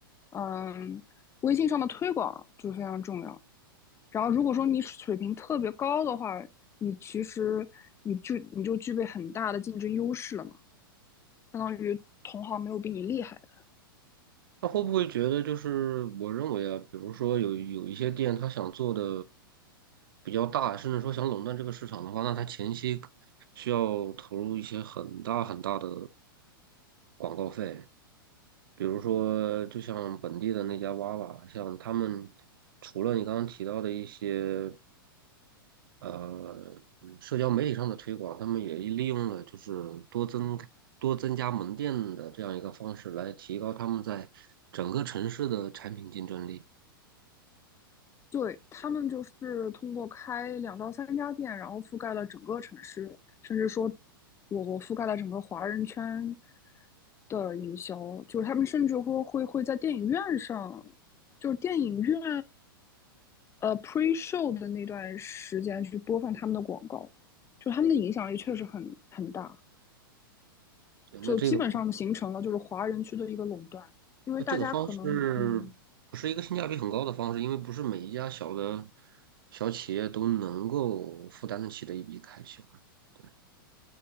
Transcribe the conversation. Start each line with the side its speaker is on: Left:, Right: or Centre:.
Left: 嗯，微信上的推广就非常重要。然后如果说你水平特别高的话，你其实你就你就具备很大的竞争优势了嘛，相当于同行没有比你厉害的。
Right: 他会不会觉得就是我认为啊，比如说有有一些店，他想做的比较大，甚至说想垄断这个市场的话，那他前期需要投入一些很大很大的广告费，比如说就像本地的那家娃娃，像他们除了你刚刚提到的一些。呃，嗯社交媒体上的推广，他们也利用了就是多增多增加门店的这样一个方式来提高他们在整个城市的产品竞争力。
Left: 对，他们就是通过开两到三家店，然后覆盖了整个城市，甚至说我我覆盖了整个华人圈，的营销，就是他们甚至会会会在电影院上，就是电影院呃 pre show 的那段时间去播放他们的广告，就他们的影响力确实很很大，
Right: 对，
Left: 就基本上形成了就是华人区的一个垄断，
Right: 那这个
Left: 因为大家可能嗯。
Right: 那这个方式不是一个性价比很高的方式，因为不是每一家小的小企业都能够负担得起的一笔开销啊对，